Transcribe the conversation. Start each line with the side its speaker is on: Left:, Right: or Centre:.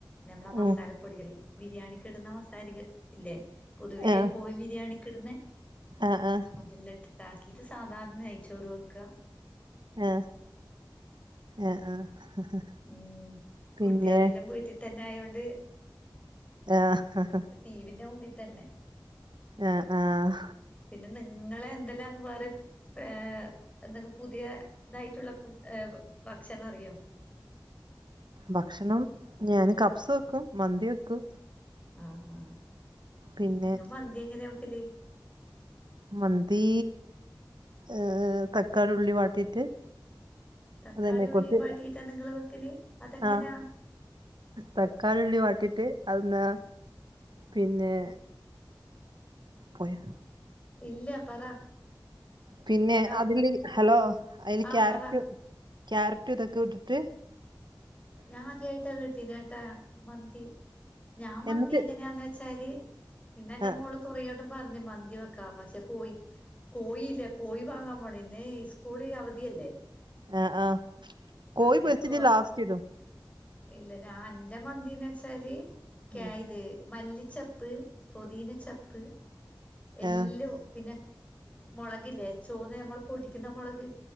Left: നമ്മളെ ആ മസാല
Right: ഉം
Left: പൊ ടികള് ബിരിയാണിക്ക് ഇടുന്ന മസാലികൾ ഇല്ലേ? പൊതുവേ
Right: ആഹ്
Left: കോഴി ബിരിയാണിക്ക് ഇടുന്നെ
Right: ആഹ് ആഹ്
Left: അതെല്ലാ ഇട്ടിട്ട് ആക്കിയിട്ട് സാധാരണ നെയിച്ചോറ് വെക്ക
Right: ആഹ് ഏ ആഹ് ആഹ്
Left: ഉം
Right: പിന്നെ
Left: കുട്ടിയളെല്ലാം വീട്ടി തന്നെ ആയോണ്ട്
Right: ആഹ്
Left: ടീവിന്റെ മുമ്പിത്തന്നെ
Right: ആഹ് ആഹ്
Left: പിന്നെ നിങ്ങളെ എന്തെല്ലാന്ന് വേറി സ്‌പേ എന്തെക് പുതിയ ഇതായിട്ടുള്ള ഫുഡ് ഭക്ഷണം അറിയോ?
Right: ഭക്ഷണം ഞാന് കബ്സ വെക്കും മന്തി വെക്കും
Left: ആഹഹാ
Right: പിന്നെ
Left: നിങ്ങ മന്തി എങ്ങനെ, വെക്കല്
Right: മന്തി ഏഹ് തക്കാളി ഉള്ളി വാട്ടിയിട്ട്
Left: തക്കാളി
Right: അതെന്നെ
Left: ഉള്ളിയും
Right: കുറച്ച്
Left: വാട്ടിയിട്ടാ നിങ്ങള് വെക്കല് അതെങ്ങനാ
Right: ആഹ് തക്കാളി ഉള്ളി വാട്ടിട്ട് അതൊന്ന് പിന്നെ പോയോ
Left: ഇല്ല പറ
Right: പിന്നെ
Left: ഹലോ
Right: അതില് ഹലോ അതില്
Left: ആ
Right: ക്യാരറ്റ്
Left: പറ
Right: ക്യാരറ്റ് ഇതൊക്കെ ഇട്ടട്ട്
Left: ഞാൻ ആദ്യായിട്ടാ കിട്ടീന്ന ട്ടാ മന്തി ഞാ മന്തി
Right: എന്നിട്ട്
Left: എങ്ങനെയാന്ന് വെച്ചാല് ഇന്നന്റെ
Right: ആഹ്
Left: മോള് കുറേ ട് പറഞ് മന്തി വക്കാ പക്ഷെ കോയി കോയില്ലേ കോഴി വാങ്ങാൻ പോണെ ഇന്നെസ്കൂൾ അവധിയല്ലേ
Right: ഏഹ് ആഹ് കോയി
Left: അങ്ങനെയൊക്കെ
Right: പൊരിച്ചിട്ട് ലാസ്റ്റ്ടും
Left: ഇല്ല ഞാൻ ന്റെ മന്തീന്ന് വെച്ചാല് ക്യാഇത്
Right: ഉം
Left: മല്ലിച്ചപ്പ് പൊതിയിന ചപ്പ്
Right: ആഹ്
Left: എല്ലാം പിന്നെ മുളകില്ലേ ചുവന്ന് നമ്മൾ പൊടിക്കുന്ന മുളക്